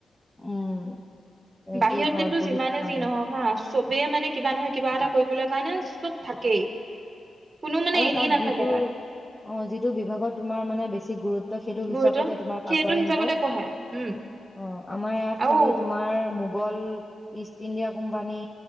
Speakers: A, on the left; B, on the right.
A: উম তেনেকেই
B: বাহিৰত
A: ঘৰত
B: কিন্তু
A: বহি
B: যিমানে
A: থকা
B: যি
A: দৰে
B: নহক হা চবেই মানে কিবা নহয়। কিবা এটা কৰিবলৈ কাৰণে চব থাকেই। কোনো মানে
A: আৰু
B: এনেই
A: তাত
B: নাথাকে
A: যিটো
B: তাত
A: অ যিটো বিভাগত তোমাৰ মানে বেছি গুৰুত্ব ত' সেইটো হিচাপতে
B: গুৰুত্ব
A: তোমাক
B: সেইটো
A: আগুৱাই
B: হিচাপতে
A: নিব অ',
B: পঢ়ায় উম
A: আমাৰ ইয়াত
B: আৰু
A: খালি তোমাৰ গল ইষ্ট ইণ্ডিয়া কোম্পানী।